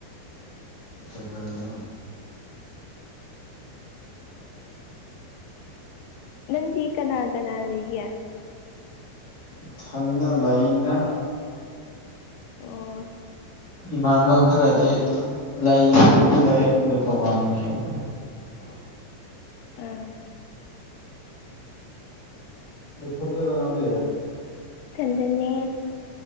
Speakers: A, on the left (about 45°); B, on the left (about 80°).
A: ꯀꯗꯧꯔꯤꯅꯣ
B: ꯅꯪꯗꯤ ꯀꯅꯥ ꯀꯅꯥ ꯂꯩꯒꯦ
A: ꯏꯊꯟꯗ ꯂꯩꯗ
B: ꯑꯣ
A: ꯏꯃꯥꯟꯅꯕ ꯈꯔꯗꯤ ꯂꯩꯗꯨꯗꯤ ꯂꯩ ꯑꯗꯨ ꯇꯣꯉꯥꯟ ꯂꯩꯕ
B: ꯑ
A: ꯐꯗꯔ ꯅꯪꯒꯦ
B: ꯈꯟꯖꯅꯦ